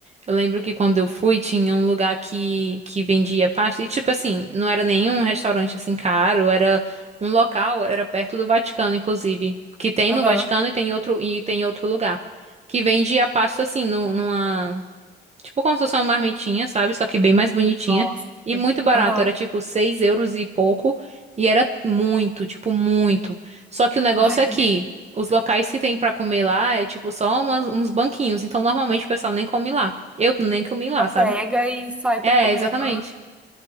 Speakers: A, on the right (about 35°); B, in the centre.
A: eu lembro que quando eu fui, tinha um lugar que, que vendia pasta. E, tipo assim, não era nenhum restaurante assim caro, era um local, era perto do Vaticano, inclusive. Que tem
B: Aham.
A: no Vaticano e tem outro, e tem outro lugar. Que vendia pasta assim, nu- numa. Tipo como se fosse uma marmitinha, sabe? Só que bem mais bonitinha.
B: Nossa.
A: E muito barato.
B: Aham.
A: Era tipo 6 euros e pouco. E era muito, tipo, muito. Só que o negócio
B: Ai,
A: é
B: que
A: que
B: delícia.
A: os locais que tem pra comer lá é tipo só umas- uns banquinhos. Então normalmente o pessoal nem come lá. Eu nem comi lá,
B: Só Pega
A: sabe?
B: e sai
A: É,
B: pra comer.
A: exatamente.
B: Ah,